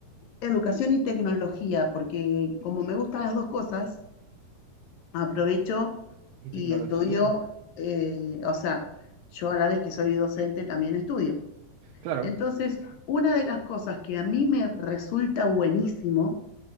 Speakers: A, on the left; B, on the right.
A: educación y tecnología, porque como me gustan las dos cosas, aprovecho
B: Ah, ¿y
A: y
B: tecnología?
A: estudio, eh, o sea, yo a la vez que soy docente también estudio.
B: Claro,
A: Entonces, una de las cosas que a mí me resulta buenísimo